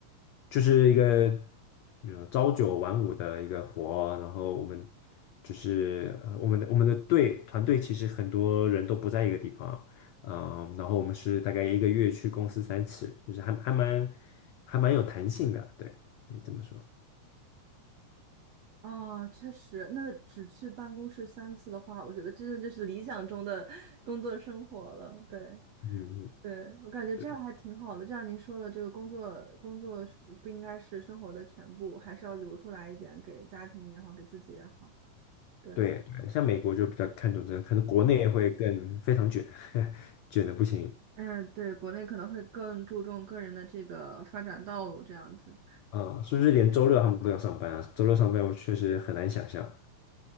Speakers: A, on the left; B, on the right.
A: 就是一个呃朝九晚五的一个活，然后我们就是呃我们的我们的队团队其实很多人都不在一个地方。嗯，然后我们是大概一个月去公司三次，就是还还蛮还蛮有弹性的，对，可以这么说。
B: 啊确实，那只去办公室三次的话，我觉得真的就是理想中的工作生活了。对，
A: 嗯，
B: 对，我感觉这样还挺好的。
A: 对
B: 就像您说的，这个工作工作是不应该是生活的全部，还是要留出来一点给家庭也好，给自己也好。对，
A: 对对，像美国就比较看重这个，可能国内会更非常卷，<laughs> 卷的不行。
B: 嗯，对，国内可能会更注重个人的这个发展道路这样子。
A: 嗯，是不是连周六他们都要上班啊？周六上班我确实很难想象。